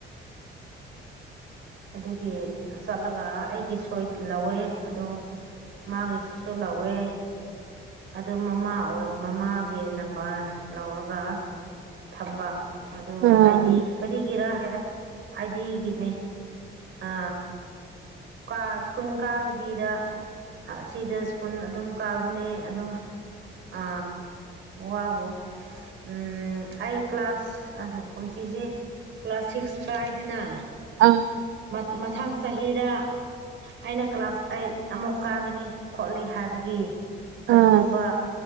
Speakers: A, on the right; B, on the right.
A: ꯑꯗꯨꯒꯤ ꯑ ꯆꯠꯂꯒ ꯑꯩꯒꯤ ꯁꯣꯏ꯭ꯠ ꯂꯧꯋꯦ ꯑꯗꯨ ꯃꯥꯒꯤꯁꯤꯁꯨ ꯂꯧꯋꯦ ꯑꯗꯨ ꯃꯃꯥ ꯑꯣꯏ ꯃꯃꯥꯒꯤ ꯅꯝꯕꯔ ꯂꯧꯔꯒ ꯊꯝꯕ ꯑꯗꯨ
B: ꯎꯝ
A: ꯑꯥꯏꯗꯤ ꯀꯔꯤꯒꯤꯔ ꯍꯥꯏꯔ ꯑꯥꯏꯗꯤꯒꯤꯅꯦ ꯑ ꯀ ꯁ꯭ꯀꯨꯟ ꯀꯥꯗꯕꯤꯗ ꯍꯥ ꯁꯤꯗ ꯁ꯭ꯀꯨꯜ ꯑꯗꯨꯝ ꯀꯥꯕꯅꯦ ꯑꯗ‌ꯣ ꯑ ꯋꯥꯕꯨ ꯎꯝ ꯑꯩ ꯀ꯭ꯂꯥꯁ ꯀꯨꯝꯁꯤꯁ‌ꯦ ꯀ꯭ꯂꯥꯁ ꯁꯤꯛ꯭ꯁ ꯀꯥꯏꯗꯅ
B: ꯑꯪ
A: ꯃꯠ ꯃꯊꯪ ꯆꯍꯤꯗ ꯑꯩꯅ ꯀ꯭ꯂꯥꯁ ꯑꯩꯠ ꯑꯃꯨꯛ ꯀꯥꯒꯅꯤ ꯈꯣꯠꯂꯤ ꯍꯥꯏꯕꯒꯤ
B: ꯎꯝ
A: ꯑꯗꯨꯒꯨꯝꯕ